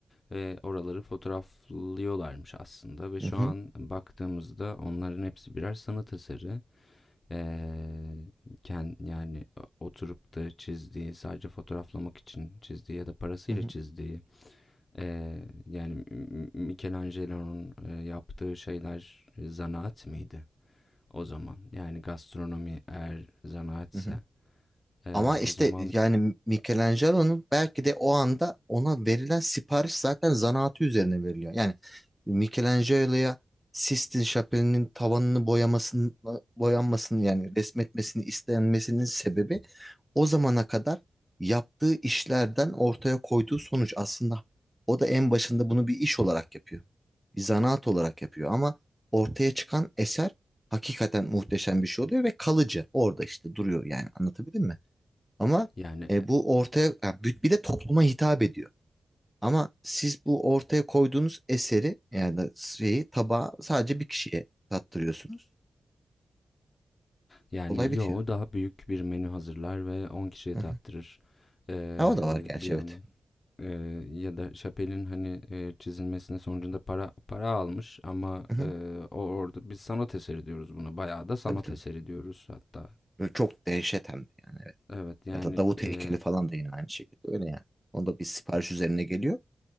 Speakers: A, on the left; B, in the centre.
A: ve oraları fotoğraflıyorlarmış aslında ve şu
B: hı hı,
A: an baktığımızda onların hepsi birer sanat eseri Ee, ken- yani oturup da çizdiği sadece fotoğraflamak için çizdiği ya da parasıyla
B: hı hı,
A: çizdiği ee, yani Michelangelo'nun e, yaptığı şeyler e, zanaat mıydı o zaman yani gastronomi eğer zanaatse
B: hı hı.
A: ee,
B: Ama işte
A: o zaman
B: yani Michelangelo'nun belki de o anda ona verilen sipariş zaten zanaatı üzerine veriliyor. Yani Michelangelo'ya Sistine Şapeli'nin tavanını boyamasını, boyanmasını yani resmetmesini istenmesinin sebebi o zamana kadar yaptığı işlerden ortaya koyduğu sonuç. Aslında o da en başında bunu bir iş olarak yapıyor. Bir zanaat olarak yapıyor ama ortaya çıkan eser hakikaten muhteşem bir şey oluyor ve kalıcı. Orada işte duruyor yani anlatabildim mi? Ama
A: yani
B: e, bu ortaya ya, bir bir de topluma hitap ediyor. Ama siz bu ortaya koyduğunuz eseri yani da şeyi tabağı sadece bir kişiye tattırıyorsunuz.
A: yani
B: Olay bitiyor.
A: yo daha büyük bir menü hazırlar ve 10 kişiye
B: Hı
A: tattırır
B: hı.
A: Ee,
B: Ha, o da var gerçi
A: bir yandan
B: evet.
A: Eee, ya da Chappelle'in hani, eee, çizilmesinin sonucunda para para almış ama,
B: Hı hı.
A: eee, o orada biz sanat eseri diyoruz buna. Bayağı da sanat
B: Tabii tabii.
A: eseri diyoruz hatta.
B: Böyle çok dehşet hem de yani evet.
A: Evet yani,
B: Ya da Davut
A: eee,
B: heykeli falan da yine aynı şekilde öyle yani. Onda bir sipariş üzerine geliyor